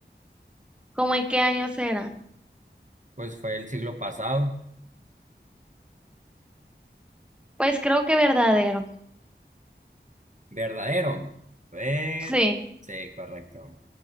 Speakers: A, in the centre; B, on the right (about 40°).
A: ¿Cómo en qué años eran?
B: pues fue el siglo pasado.
A: Pues creo que verdadero.
B: Verdadero. Ver...
A: Sí.
B: Sí, correcto.